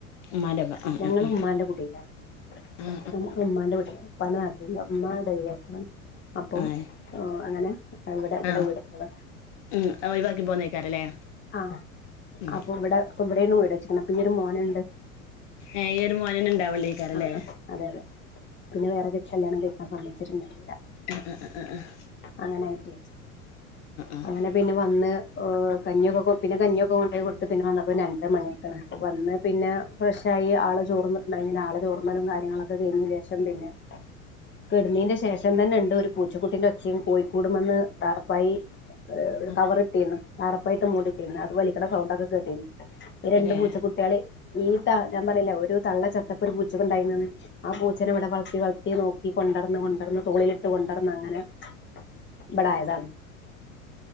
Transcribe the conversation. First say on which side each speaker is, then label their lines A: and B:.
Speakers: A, on the left (about 50°); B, on the left (about 25°).
A: ഉമ്മാന്റെ ഉമ്മ ഉം
B: ഞങ്ങളു
A: ഉം ഉം
B: ഉമ്മാന്റെ കുടീയിലാണ്
A: ആ
B: ഞാനിപ്പോ ഉമ്മാന്റെ വീട്ടിലാണ് ഉപ്പാന്റെ നാട്ടിലല്ല. ഉമ്മാ ഡയ് വോസാണ് അപ്പൊ
A: ആ
B: ഏഹ്. അങ്ങനെ ഇവിടെ ഇവടെ
A: ആ
B: വീട്‌വെച്ചതാ
A: ആ ഒഴിവാക്കി പോന്നേക്കാരല്ലേ
B: ആഹ്.
A: ഉം
B: ഇപ്പ ഇവിടെ ഇവിടെണ് വീട്‌വെച്ച്ക്ക്ണെ അപ്പൊ ഈയൊരു മോന്ണ്ട്.
A: ഏഹ് ഈ ഒരു മോനന്നേ ഇണ്ടാവള്ളെക്കാരല്ലേ.
B: ആഹ് ആഹ് അതെ അതെ പിന്നെ വേറെ കെ കല്യാണം കഴിക്കാൻ സമ്മയ്ചിണ്ടായിനില.
A: ആഹ് ആഹ് ആഹ് ആഹ് ആഹ്.
B: അങ്ങനായിറ്റെയ്.
A: ആഹ്
B: അങ്ങനെ പിന്നെ വന്ന് ഏഹ് കഞ്ഞിയൊക്കെ ക്കൊ പിന്നെ കഞ്ഞിയൊക്കെ കൊണ്ടേകൊട്. ന്നിട്ട് പിന്നെ വന്നപ്പോ രണ്ടര മണിയായ്ക്ക്ണ് വന്ന് പിന്നെ ഫ്രഷായി ആള് ചോർന്നിട്ട്ണ്ടായ്നില ആളെ ചോർന്നലും കാര്യങ്ങളൊ ക്കെ കഴിഞ്ഞീന്റെഷം പിന്നെ കെടന്നീന്റെ ശേഷം തന്നെണ്ട് ഒരു പൂച്ചക്കുട്ടിന്റെ ഒച്ചിം കോയിക്കൂടുമെന്ന് ടാർപ്പായി. ഏഹ് ഒരു
A: ആഹ്
B: കവറിട്ടീന്ന് ടാർപ്പായിട്ട് മൂടിട്ടീണ് അതുവലിക്കണ സൗണ്ടൊക്കെ കേട്ടീനിം ഈ രണ്ടു
A: തന്നെ
B: പൂച്ചക്കുട്ടിയാളി ഈ ത ഞാൻ പറഞ്ഞിലെ ഒരു തള്ള ചത്തപ്പൊ ഒരു പൂച്ചടെണ്ടായിനെന്ന് ആ പൂച്ചനെവടെ വൾത്തി വൾത്തി നോക്കി കൊണ്ടട്ന്ന് കൊണ്ടട്ന്ന് തോളിലിട്ട് കൊണ്ടട്ന്നങ്ങനെ. ഇബടെ ആയതാണ്